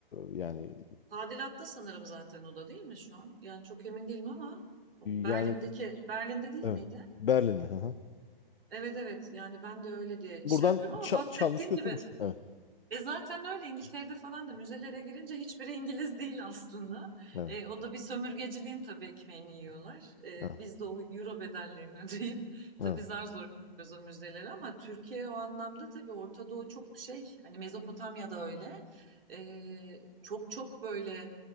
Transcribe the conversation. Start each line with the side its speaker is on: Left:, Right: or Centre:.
Left: yani
Right: Tadilatta sanırım zaten o da değil mi şu an? Yani çok emin değilim ama Berlin'deki
Left: yani
Right: Berlin'de değil
Left: evet
Right: miydi?
Left: Berlin'de. Hı hı.
Right: Evet evet yani ben de öyle diye
Left: Buradan
Right: şey yapıyorum ama
Left: ça-
Right: bahsettiğim
Left: çalmış götürmüştüm.
Right: gibi
Left: Evet,
Right: e zaten öyle İngiltere'de falan da müzelere girince hiçbiri İngiliz değil aslında.
Left: evet,
Right: E, o da bir sömürgeciliğin tabii ekmeğini yiyorlar. E,
Left: evet,
Right: biz de o euro bedellerini <laughs> ödeyip tabii
Left: evet.
Right: zar zor gidiyoruz o müzelere ama Türkiye o anlamda tabii Orta Doğu çok şey hani Mezopotamya'da öyle E, çok çok böyle